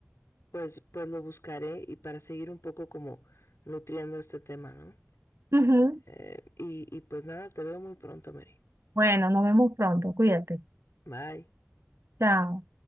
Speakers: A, on the left; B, on the right.
A: Pues, pues lo buscaré y para seguir un poco como nutriendo este tema, ¿no?
B: Ujú.
A: Eh, y, y pues nada, te veo muy pronto, Mary.
B: Bueno, nos vemos pronto, cuídate.
A: Bye.
B: Chao.